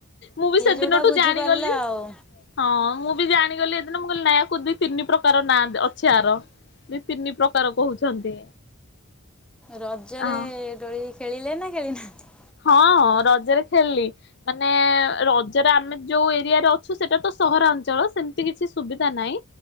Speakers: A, on the left; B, in the centre.
A: ମୁଁ ବି ସେଦିନଠୁ
B: ଯୋଉଟା ବୁଝିପାରିଲା
A: ଜାଣିଗଲି
B: ଆଉ।
A: ହଁ ମୁଁ ବି ଜାଣିଗଲେ ଏଦିନ ମୁଁ କହିଲି ନାୟା କୁ ଦି ତିନି ପ୍ରକାର ନାଁ ଅଛି ଆର ଦି ତିନି ପ୍ରକାର କହୁଛନ୍ତି।
B: ରଜରେ
A: ହଁ।
B: ଦୋଳି। ଖେଳିିଲେ ନା ଖେଳି ନାହାନ୍ତି?
A: ହଁ ରଜରେ ଖେଳିଲି ମାନେ ରଜରେ ଆମେ ଯୋଉ ଏରିଆରେ ଅଛୁ ସେଟା ତ ସହରାଞ୍ଚଳ ସେମିତି କିଛି ସୁବିଧା ନାହିଁ